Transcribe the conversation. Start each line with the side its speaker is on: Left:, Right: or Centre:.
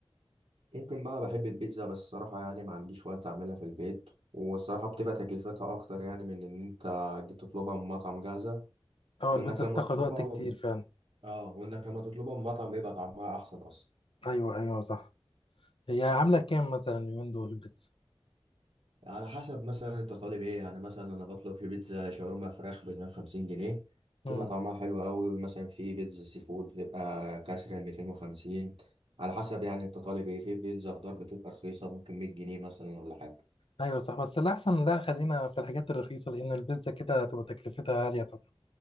Right: ممكن بقى بحب البيتزا بس الصراحة يعني ما عنديش وقت أعملها في البيت والصراحة بتبقى تكلفتها أكتر يعني من إن أنت تطلبها من مطعم جاهزة
Left: اه
Right: وإنك
Left: البيتزا
Right: لما
Left: بتاخد
Right: تطلبها
Left: وقت كتير
Right: من...
Left: فعلا
Right: اه وإنك لما تطلبها من مطعم بيبقى طعمها أحسن أصلا
Left: ايوه ايوه صح هي عاملة كام مثلا اليومين دول البيتزا
Right: على حسب مثلا انت طالب ايه يعني مثلا انا بطلب في بيتزا شاورما فراخ ب 150 جنيه
Left: مم.
Right: بتبقى طعمها حلو قوي مثلا في بيتزا سي فود بتبقى كسر ال 250 على حسب يعني انت طالب ايه في بيتزا خضار بتبقى رخيصة ممكن 100 جنيه مثلا ولا حاجة
Left: ايوه صح بس الاحسن لا خلينا في الحاجات الرخيصة لان البيتزا كده هتبقى تكلفتها عالية طبعا